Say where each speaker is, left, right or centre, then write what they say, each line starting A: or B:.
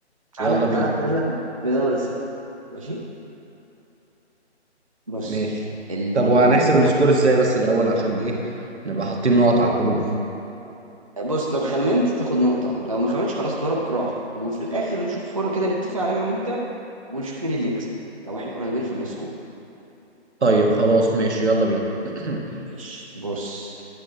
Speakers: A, on the right; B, on the right.
A: تعالى
B: يلا بينا
A: تعالى أبتدي لك بدولة سهلة ماشي؟ بص
B: ماشي
A: ال...
B: طب وهنحسب
A: ال...
B: السكور ازاي بس الأول عشان إيه نبقى حاطين نقط على الحروف
A: بص لو خمنت تاخد نقطة لو ما خمنتش خلاص دورك راح وفي الآخر نشوف فورة كده نتفق عليها أنا وأنت ونشوف مين اللي يكسب لو إحنا قريبين في السكور
B: طيب خلاص ماشي يلا بينا <clears throat>
A: ماشي بص